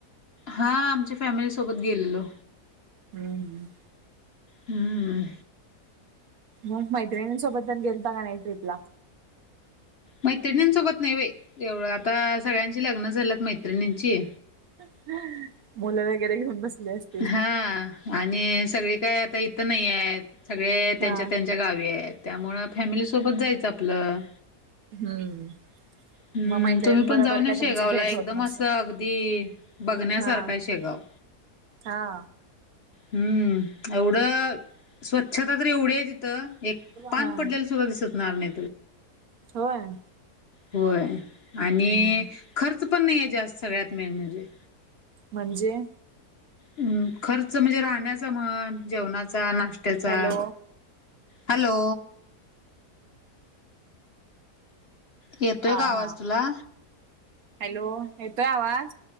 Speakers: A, on the left (about 45°); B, on the right (about 65°).
A: हा आमच्या फॅमिलीसोबत गेलेलो
B: हम्म हम्म
A: हम्म
B: नग मैत्रिणी सोबत पण गेलता का नाही ट्रिपला
A: मैत्रिणींसोबत नाही बाई एवढं आता सगळ्यांची लग्न झालंत मैत्रिणींची
B: हम्म मुलं वगैरे बसले अस
A: हा आणि सगळी काय आता इथं नाहीय सगळे त्यांच्या
B: हा.
A: त्यांच्या गावी त्यामुळे फॅमिली सोबत जायचं आपलं
B: हम्म!
A: हम्म
B: मग मैत्रिणी
A: तुम्ही पण
B: बरोबर
A: जाऊन या
B: काय
A: शेगावला
B: तुमची भेट
A: एकदम
B: होत नसन.
A: असं अगदी बघण्यासारखा
B: हा!
A: आहे शेगाव
B: हा.
A: हम्म, एवढ स्वच्छता तर एवढी आहे तिथं एक पान
B: हा
A: पडलेल दिसणार नाही.
B: होय.
A: होय, आणि
B: हम्म.
A: खर्च पण नाही आहे जास्त सगळ्यात मेन म्हणजे.
B: म्हणजे
A: हम्म! खर्च म्हणजे राहण्याचा म्हण, जेवणाचा, नाश्त्याचा.
B: हॅलो
A: हॅलो येतोय
B: हा
A: का आवाज
B: हा,
A: तुला
B: हॅलो येतोय आवाज?